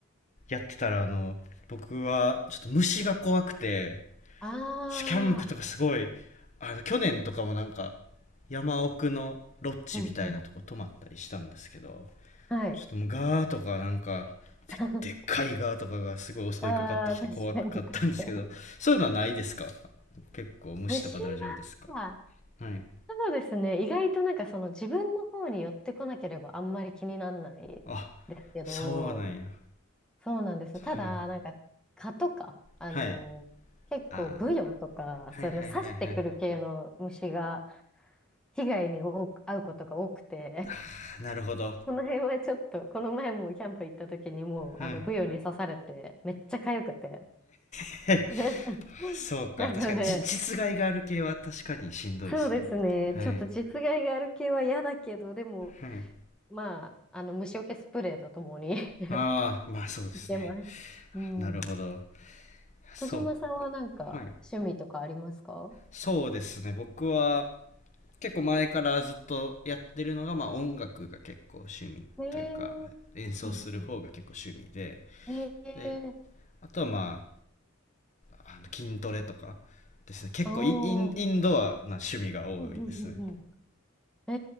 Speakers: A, on the left; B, in the centre.
A: ってたら、あの、僕は、ちょっと虫が怖くて、
B: ああ、
A: キャンプとかすごい、あの、去年とかもなんか、山奥のロッジみたいなとこ泊まったりしたんですけど、
B: うんうん。はい。
A: ちょっともうガーとかなんか、で、
B: <laughs>
A: でっかいガーとかがすごい襲いかかってきて怖かったんですけど、
B: ああ、確かに確かに。
A: そういうのはないですか結構虫とか大丈夫ですか
B: 虫は、
A: はい。
B: そうですね。意外となんかその自分の方に寄ってこなければあんまり気にならないですけど、
A: あ、そうなんや。
B: そうなんですよ。ただ、
A: はい。
B: なんか、蚊とか、あのー結構、
A: はい。あ
B: ブヨとか、
A: ーはいはいはいはい。
B: その刺してくる系の虫が、被害に多く遭うことが多くて、<laughs>
A: <laughs> あなるほど。
B: この辺はちょっと、この前もキャンプ行った時にもう、
A: はい。
B: あの、ブヨに刺されて、めっちゃ痒くて。
A: <laughs>
B: <laughs>
A: そうか。
B: なので、
A: 確かに、じ実害がある系は確かにしんどいですね。
B: そうですね、
A: はい。
B: ちょっと実害がある系は嫌だけど、でも、
A: はい。
B: まあ、あの、虫除けスプレーとともに
A: ああ、
B: <laughs>
A: まあそうですね。
B: いけます。うん。
A: なるほど。そ
B: 小島さんはなんか、
A: う。はい。
B: 趣味とかありますか
A: そうですね。僕は結構前からずっとやってるのが、まあ音楽が結構趣味というか、
B: ええ
A: 演奏する方が結構趣味で、
B: うんうん。ええ
A: で、あとはまああの筋トレとかですね結構イインインドアな趣味が多いですね
B: おー。うんうんうんうん。え